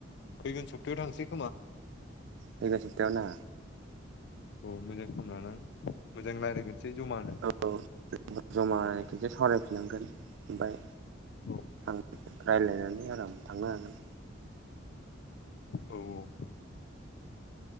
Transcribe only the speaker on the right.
फैगोन सप्तायाव ना
औ जमा खेनसे सावराय फिननांगोन ओमफाय
थां रायलायनानै आराम थांनो हागोन।